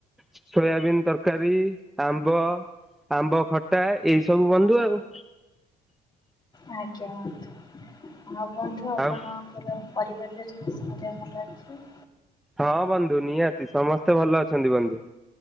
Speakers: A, in the centre; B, on the left (about 25°).
A: ସୋୟାବିିନ ତରକାରୀ, ଆମ୍ବ, ଆମ୍ବ ଖଟା ଏଇ ସବୁ ବନ୍ଧୁ ଆଉ।
B: ଆଜ୍ଞା ଆଜ୍ଞା ହଁ ବନ୍ଧୁ ଆପଣଙ୍କର
A: ଆଉ
B: ପରିବାରରେ ସମସ୍ତେ ଦେହ ଭଲ ଅଛି?
A: ହଁ ବନ୍ଧୁ ନିହାତି ସମସ୍ତେ ଭଲ ଅଛନ୍ତି ବନ୍ଧୁ